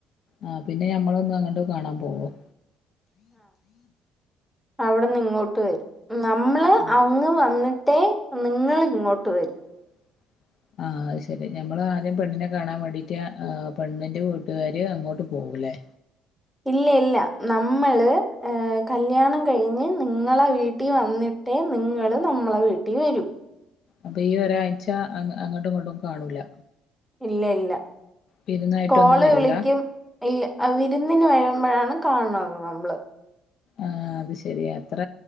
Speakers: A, on the left; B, in the centre.
A: ആഹ് പിന്നെ ഞമ്മളൊന്ന് അങ്ങോട്ട് കാണാൻ പോകും
B: അവിടെന്ന് ഇങ്ങോട്ട് വരും നമ്മള്
A: ഉം
B: അങ്ങ് വന്നിട്ടേ നിങ്ങള് ഇങ്ങോട്ട് വരും
A: <inaudible> ആ ശരി ഞമ്മള് ആദ്യം പെണ്ണിനെ കാണാൻ വേണ്ടിയിട്ട് പെണ്ണിൻ്റെ വീട്ടുകാര് അങ്ങോട്ട് പോവല്ലേ
B: ഇല്ല ഇല്ല നമ്മള് കല്യാണം കഴിഞ്ഞ് നിങ്ങളെ വീട്ടിൽ വന്നിട്ടേ നിങ്ങള് നമ്മളെ വീട്ടിൽ വരു
A: അപ്പൊ ഈ ഒരാഴ്ച അങ്ങോട്ടു ഇങ്ങോട്ടു കാണൂല്ല
B: ഇല്ല ഇല്ല
A: വിരുന്നായിട്ടൊന്നും
B: കോള്
A: വരൂല
B: വിളിക്കും ഇല്ല വിരുന്നിന് വരുമ്പോഴാണ് കാണണത് നമ്മള്
A: ആ അത് ശരി അത്ര